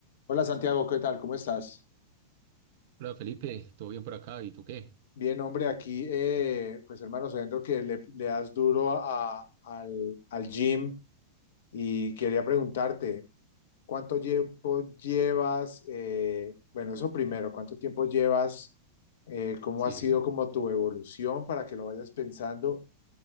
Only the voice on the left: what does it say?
Hola Santiago, ¿qué tal? ¿Cómo estás?
Bien, hombre, aquí, eh, pues hermano, sabiendo que le, le das duro a- al, al gym y quería preguntarte, ¿cuánto tiempo llevas? eh, bueno, eso primero, ¿cuánto tiempo llevas? Eh, ¿cómo
ha sido como tu evolución para que lo vayas pensando?